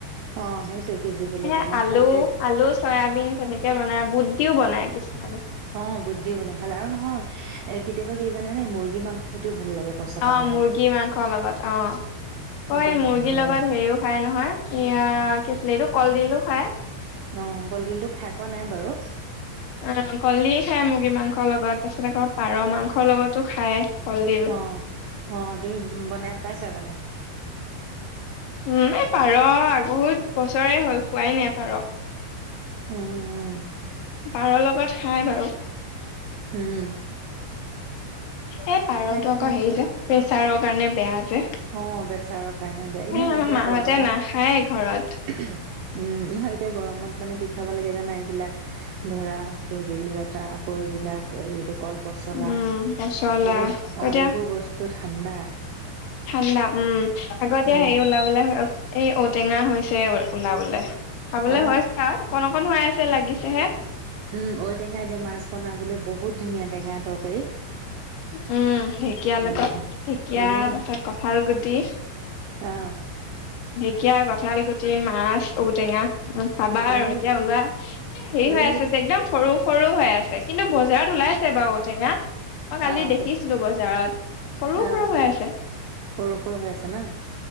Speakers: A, on the right; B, on the left.
A: অ' সেইটো সিজিবলে
B: সে
A: কাৰণে
B: আলু
A: সাৰ দিয়ে।
B: আলু, চয়াৰবিন সেনেকে বনাই বুট দিও বনাই। কিছুমানে
A: অ' বুট দিও বনাই ভাল আৰু নহয় এ কেতিয়াবা কি জানানে? মুৰ্গী মাংস ভাল লাগে পচলা
B: অ'
A: বনাই
B: মুৰ্গী মাংস লগত অ'।
A: একদম
B: অ' এই মুৰ্গীৰ
A: ধুনীয়া
B: লগত হেৰিও খাই নহয় এইয়া কি আছিলে এইটো কলডিলো খাই।
A: অ কলডিলটো খাই পোৱা নাই বাৰু
B: অ' কলডিল খায় মুৰ্গী মাংসৰ লগত তাৰ পিছত আকৌ পাৰ মাংসৰ লগতো খায়। কলডিল
A: অ' - অ' তুমি বনাই পাইছা জানো?
B: উম, এই পাৰ, বহুত বছৰে হ'ল খোৱাই নাই পাৰ।
A: উম - উম।
B: পাৰৰ লগত খায় বাৰু।
A: উম।
B: এ পাৰতো
A: তাকে
B: আকৌ হেৰি যে, প্ৰেছাৰৰ কাৰণে বেয়া। যে
A: অ' প্ৰেছাৰৰ কাৰণেও বেয়া- এনেও
B: এ আমাৰ
A: এতিয়া
B: মাহঁতে
A: গৰমত
B: নাখায় ঘৰত
A: উম নহয়, এতিয়া গৰমত মানে কি খাব লাগে জানা, এইবিলাক ধৰা ভেবেলি লতা, আকৌ এইবিলাক এইটো কলপচলা,
B: উম পচলা
A: এইবোৰ-
B: আকৌ
A: অ'
B: এতিয়া
A: এইবোৰ বস্তু ঠাণ্ডা।
B: ঠাণ্ডা উম। আগতে
A: উম
B: হেৰি ওলাবলে- এই ঔটেঙা হৈছে ওলাবলে। খাবলৈ
A: অ
B: হৈছে। <inaudible> অকণ - অকণ হৈ আছে, লাগিছেহে।
A: উম, ঔটেঙাই দি মাছ বনাবলৈ বহুত ধুনীয়া টেঙা তৰকাৰী।
B: উম, ঢেঁকীয়াৰ
A: বহুত
B: লগত।
A: ধুনীয়া
B: ঢেঁকীয়া,
A: উম
B: তাৰছত কঠাল গুটি।
A: অ'।
B: ঢেঁকীয়া, কঁঠাল গুটি, মাছ, ঔটেঙা। খাবা আৰু
A: এই
B: এতিয়া ওলোৱা। এ হেৰি হৈ
A: এই
B: আছে যে, একদম সৰু সৰু হৈ আছে। কিন্তু বজাৰত ওলাইছে বাৰু ঐটেঙা। মই কালি
A: অ
B: দেখিছিলোঁ
A: ত
B: বজাৰত। সৰু
A: অ'।
B: সৰু হৈ আছে
A: সৰু - সৰু হৈ আছে ন'।